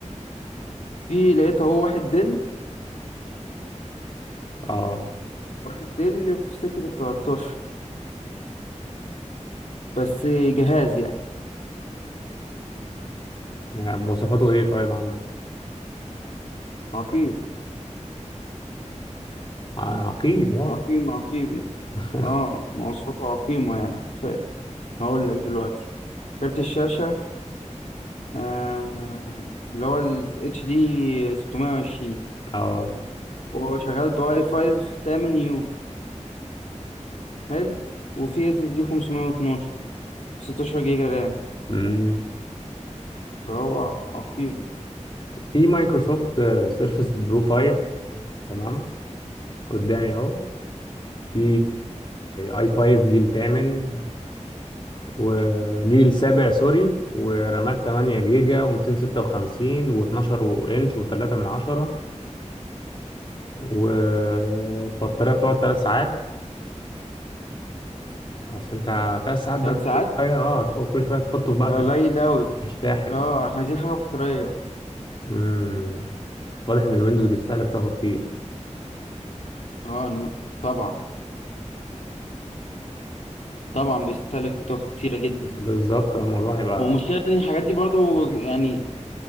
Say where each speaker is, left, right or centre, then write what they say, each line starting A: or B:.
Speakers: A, on the left; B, on the left.
A: في لقيت اهو واحد دل
B: اه
A: واحد دل في سكه ال 13 بس جهاز يعني
B: يعني مواصفاته ايه طيب عندك
A: عقيم
B: ع- عقيم واو
A: عقيم عقيم يعني
B: <laughs>
A: اه مواصفاته عقيمه يعني فعلا هقول لك دلوقتي كارت الشاشه آه اللي هو ال اتش دي 620
B: اه
A: وهو شغال بأي 5 8 يو حلو وفي اس اس دي 512 16 جيجا رام
B: امم
A: فهو عقيم
B: في مايكروسوفت سيرفس برو 5 تمام قدامي اهو في اي 5 جيل 8 وجيل 7 سوري ورامات 8 جيجا و256 و12 انش و3 من 10 وبطارية بتقعد 3 ساعات عشان انت 3 ساعات ده
A: ثلاث
B: انت
A: ساعات
B: كل شوية اه هتحط- كل شوية تحطه بقى
A: ده
B: في
A: قليل أوي
B: الشاحن
A: اه احنا عايزين حاجة بطارية
B: امم واضح ان الويندوز بيستهلك طاقة كتير
A: اه إنه- طبعا طبعا بيستهلك طاقة كتيرة جدا
B: بالظبط الموضوع هيبقى
A: ومشكلة إن الحاجات دي برضو يعني